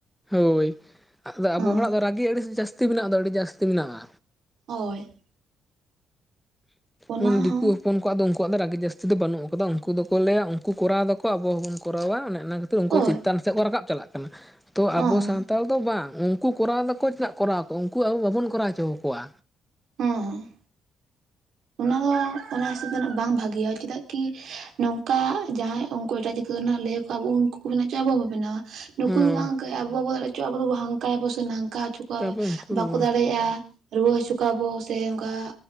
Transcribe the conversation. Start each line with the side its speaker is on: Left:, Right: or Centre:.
Centre: ᱦᱳᱭ ᱟᱫᱚ ᱟᱵᱚ
Right: ᱦᱚᱸ
Centre: ᱦᱚᱲᱟᱜ ᱫᱚ ᱨᱟᱹᱜᱤ ᱟᱹᱰᱤ ᱡᱟᱹᱥᱛᱤ ᱢᱮᱱᱟᱜ ᱫᱚ ᱟᱹᱰᱤ ᱡᱟᱹᱥᱛᱤ ᱢᱮᱱᱟᱜᱼᱟ
Right: ᱦᱳᱭ᱾ ᱚᱱᱟ
Centre: ᱢᱮᱱ ᱫᱤᱠᱩ
Right: ᱦᱚᱸ
Centre: ᱦᱚᱯᱚᱱ ᱠᱚᱣᱟᱜ ᱫᱚ ᱩᱱᱠᱩᱣᱟᱜ ᱫᱚ ᱨᱟᱹᱜᱤ ᱡᱟᱹᱥᱛᱤ ᱫᱚ ᱵᱟᱹᱱᱩᱜ ᱟᱠᱟᱫᱟ ᱩᱱᱠᱩ ᱫᱚᱠᱚ ᱞᱟᱹᱭᱟ ᱩᱱᱠᱩ ᱠᱚᱨᱟᱣ ᱮᱫᱟᱠᱚ ᱟᱵᱚ ᱦᱚᱸᱵᱚᱱ ᱠᱚᱨᱟᱣᱟ ᱚᱱᱮ ᱚᱱᱟ ᱠᱷᱟᱹᱛᱤᱨ ᱩᱱᱠᱩ
Right: ᱦᱳᱭ
Centre: ᱪᱮᱛᱟᱱ ᱥᱮᱫ ᱠᱚ ᱨᱟᱠᱟᱵ ᱪᱟᱞᱟᱜ ᱠᱟᱱᱟ ᱛᱚ
Right: ᱦᱚᱸ
Centre: ᱟᱵᱚ
Right: ᱦᱚᱸ
Centre: ᱥᱟᱱᱛᱟᱞ ᱫᱚ ᱵᱟᱝ ᱩᱱᱠᱩ ᱠᱚᱨᱟᱣ ᱮᱟᱠᱚ ᱪᱮᱫᱟᱜ ᱠᱚᱨᱟᱣ ᱠᱚᱣᱟ ᱩᱱᱠᱩ ᱟᱵᱚ ᱵᱟᱵᱚᱱ ᱠᱚᱨᱟᱣ ᱦᱚᱪᱚ ᱟᱠᱚᱣᱟ᱾
Right: ᱦᱩᱸ ᱦᱩᱸ᱾ ᱚᱱᱟ ᱫᱚ ᱚᱱᱟ ᱦᱤᱥᱟᱹᱵᱽ ᱫᱚ ᱵᱟᱝ ᱵᱷᱟᱜᱮᱭᱟ ᱪᱮᱫᱟᱜ ᱠᱤ ᱱᱚᱝᱠᱟ ᱡᱟᱦᱟᱸᱭ ᱩᱱᱠᱩ ᱮᱴᱟᱜ ᱡᱟᱹᱛ ᱞᱟᱹᱭ ᱠᱚᱣᱟ ᱵᱩᱝ ᱩᱱᱠᱩ ᱠᱚ ᱵᱮᱱᱟ ᱦᱚᱪᱚ ᱟᱵᱚᱵᱚ ᱵᱮᱱᱟᱣᱟ ᱱᱩᱠᱩ
Centre: ᱦᱮᱸ
Right: ᱫᱚ ᱵᱟᱝ ᱟᱵᱚ ᱵᱟᱵᱚᱱ ᱫᱟᱲᱮ ᱦᱚ ᱟᱵᱚ ᱫᱚᱵ ᱦᱥᱝᱠᱟ ᱭᱟᱵᱚᱱ ᱥᱮ ᱱᱷᱟᱝᱠᱟ ᱦᱚᱪᱚ ᱠᱚᱣᱟ
Centre: ᱟᱵᱚ ᱩᱱᱠᱩ ᱫᱚ
Right: ᱵᱟᱠᱚ
Centre: ᱵᱟᱝ
Right: ᱫᱟᱲᱮᱭᱟᱜᱼᱟ ᱨᱩᱣᱟᱹ ᱦᱚᱪᱚ ᱠᱚᱣᱟ ᱵᱚ ᱥᱮ ᱚᱱᱠᱟᱚᱱ